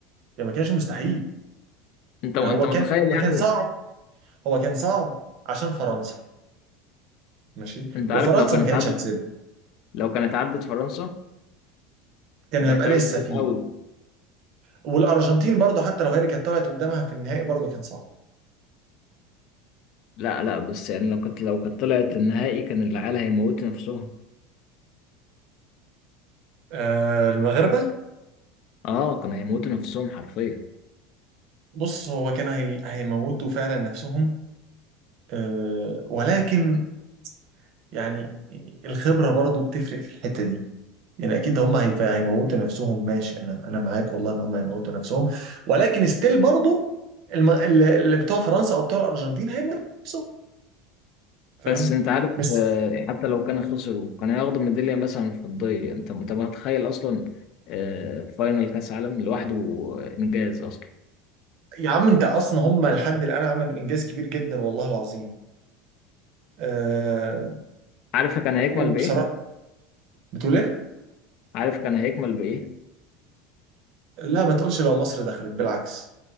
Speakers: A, on the right; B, on the left.
A: يعني ما كانش مستحيل
B: انت
A: يعني
B: انت
A: هو
B: متخيل
A: كان هو
B: يعني
A: كان صعب هو كان صعب عشان فرنسا ماشي
B: انت
A: وفرنسا
B: عارف لو كانت
A: ما كانتش
B: عدت
A: هتسيبها
B: لو كانت عدت فرنسا
A: كان
B: كانت
A: هيبقى
B: احتمال
A: لسه
B: كبير
A: فيه
B: قوي
A: والارجنتين برضه حتى لو هي اللي كانت طلعت قدامها في النهائي برضه كان صعب
B: لا لا بس يعني لو كانت لو كانت طلعت النهائي كان العيال هيموتوا نفسهم
A: آه، المغاربة
B: اه كانوا هيموتوا نفسهم حرفيا
A: بص هو كانوا هي... هيموتوا فعلا نفسهم آه، ولكن يعني الخبرة برضو بتفرق في الحتة دي يعني أكيد هم هيف... هيموتوا نفسهم ماشي أنا أنا معاك والله إن هم هيموتوا نفسهم ولكن ستيل برضو الم... اللي اللي بتوع فرنسا أو بتوع الأرجنتين هيموتوا نفسهم فاهم
B: بس انت عارف
A: بس
B: آه، حتى لو كانوا خسروا كانوا هياخدوا ميدالية مثلا فضية انت انت متخيل اصلا آه، فاينل كاس عالم لوحده آه، انجاز اصلا
A: يا عم أنت أصلا هم لحد الآن عملوا إنجاز كبير جدا والله العظيم أه...
B: عارف كان هيكمل
A: وبصراحة
B: بايه
A: بتقول إيه؟
B: عارف كان هيكمل بايه
A: لا ما تقولش لو مصر دخلت بالعكس